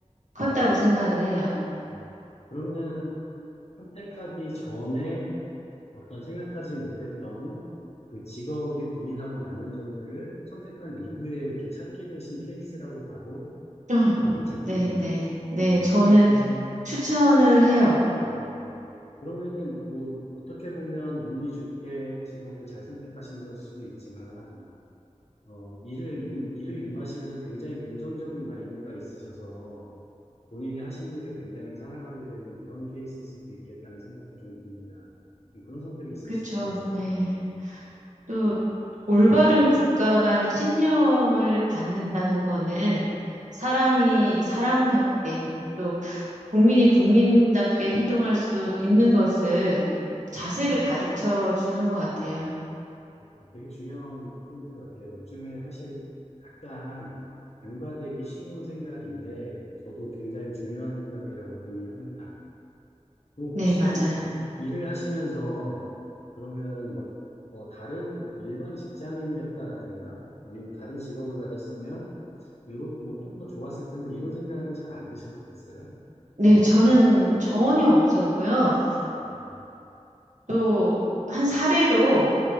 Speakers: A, on the right (about 90°); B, on the left (about 60°).
A: 컸다고 생각을 해요.
B: 음, 그러면 선택하기 전에 어떤 생각하지 못했던 그 직업이 본인하고 맞는 점들을 선택한 이후에 이렇게 찾게 되신 케이스라고 봐도
A: <laughs>
B: 괜찮겠네요.
A: 네, 네, 네.
B: 와,
A: 저는
B: 그러면,
A: 추천을 해요.
B: 어, 그러면은 뭐 어떻게 보면 운이 좋게 직업을 잘 선택하신 걸 수도 있지만, 어, 일을, 임- 일을 임하시면서 굉장히 긍정적인 마인드가 있으셔서 본인이 하신 일을 굉장히 사랑하게 되는 그런 케이스일 수도 있겠다는 생각도 좀 듭니다. 뭐 그런 성격이 있으시지
A: 그쵸.
B: 않으세요?
A: 네.
B: 어.
A: 또 올바른 국가간 신념을 갖는다는 거는 사람이 사람답게 또 국민이 국민답게 행동할 수 있는 것을 자세를 가르쳐 주는 것 같아요.
B: 어, 되게 중요한 포인트 같아요. 요즘에 사실 약간 간과되기 쉬운 생각인데 저도 굉장히 중요한 생각이라고 동의합니다. 그 혹시
A: 네, 맞아요.
B: 일을 하시면서 그러면은 막 어, 다른 뭐 일반 직장인이었다라든가 아니면 다른 직업을 가졌으면 요런 뭐좀 더 좋았을 텐데 이런 생각은 잘 안 드셨겠어요?
A: 네, 저는 전혀
B: 음,
A: 없었고요.
B: 음, 음,
A: 또 한 사례로